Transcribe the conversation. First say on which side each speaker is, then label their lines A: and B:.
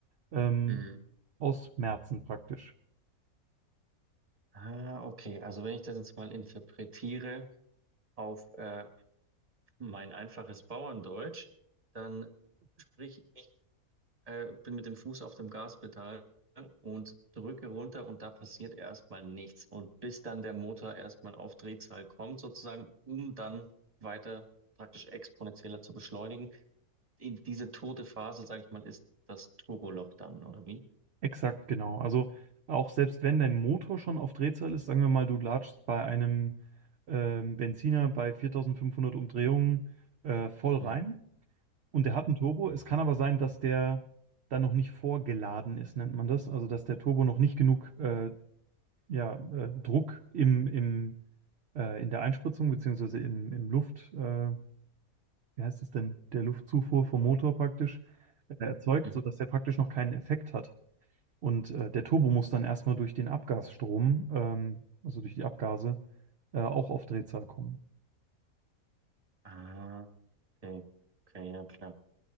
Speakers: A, on the right; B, on the right.
A: ähm,
B: Ja.
A: ausmerzen praktisch.
B: Ah, okay. Also wenn ich das jetzt mal interpretiere auf äh, mein einfaches Bauerndeutsch, dann sprich, ich äh, bin mit dem Fuß auf dem Gaspedal und drücke runter und da passiert erstmal nichts. Und bis dann der Motor erstmal auf Drehzahl kommt, sozusagen, um dann weiter praktisch exponentieller zu beschleunigen. In diese tote Phase, sage ich mal, ist das Turboloch dann, oder wie?
A: Exakt, genau. Also auch selbst wenn dein Motor schon auf Drehzahl ist, sagen wir mal, du latschst bei einem ähm, Benziner bei 4500 Umdrehungen äh, voll rein
B: Mhm.
A: und der hat einen Turbo. Es kann aber sein, dass der dann noch nicht vorgeladen ist, nennt man das. Also dass der Turbo noch nicht genug äh, ja, äh, Druck im, im, äh, in der Einspritzung beziehungsweise im, im Luft, äh, wie heißt es denn, der Luftzufuhr vom Motor praktisch äh, erzeugt,
B: Mhm.
A: sodass der praktisch noch keinen Effekt hat. Und äh, der Turbo muss dann erstmal durch den Abgasstrom, ähm, also durch die Abgase, äh, auch auf Drehzahl kommen.
B: Ah, okay. Okay, ja klar.